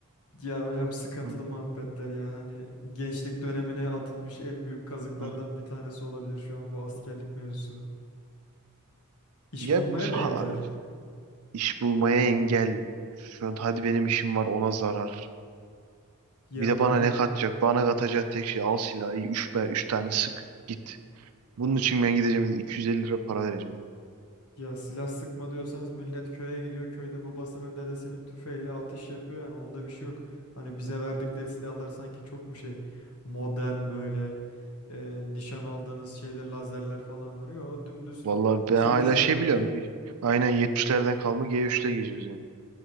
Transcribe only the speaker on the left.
Ya hocam sıkıntılı
muhabbetler ya. Hani gençlik dönemine atılmış en büyük kazıklardan
bir tanesi olabilir şu an bu askerlik
mevzusu. İş
bulmaya da
engel.
Ya
millet
Ya silah sıkma diyorsanız millet köye gidiyor. Köyde babasının dedesinin tüfeğiyle atış yapıyor yani onda bir şey yok. Hani bize
verdikleri silahlar sanki çok mu şey modern böyle e, nişan aldığınız şeyde lazerler falan var. Yo dümdüz
c
üç
veriyorlar.